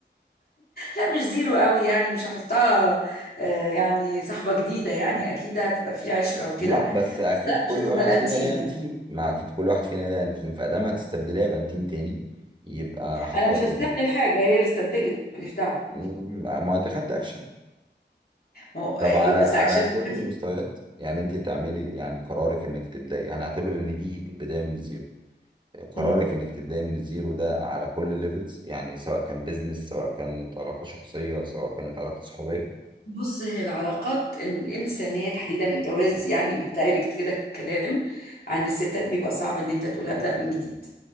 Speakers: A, on the left; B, on the right.
A: لا مش زيرو قوي يعني مش هحطها آه، يعني صاحبة جديدة يعني اكيد هتبقى في عشرة وكده
B: لا بس اكيد
A: بس لا
B: كل
A: مش هتبقى
B: واحد
A: الانتيم
B: فينا ليه
A: يعني
B: انتيم ما اكيد كل واحد فينا ليه انتيم فادام هتستبدليها بانتيم تاني يبقى هتحط
A: انا مش هستبدل
B: يبقى
A: حاجة هي اللي استبدلت ماليش دعوة
B: م- ما انت خدت اكشن
A: ما هو- آه،
B: طب على
A: بس
B: على
A: اكشن
B: كل
A: خفيف
B: المستويات يعني انت تعملي يعني قرارك انك تبداي هنعتبر ان دي بدايه من الزيرو قرارك
A: امم
B: انك تبداي من الزيرو ده على كل الليفلز يعني سواء كان بيزنس سواء كانت علاقه شخصيه سواء كانت علاقه صحوبيه
A: بص هي العلاقات الإنسانية تحديدا الجواز يعني دايركت كده الكلام عند الستات بيبقى صعب إن أنت تقول أبدأ من جديد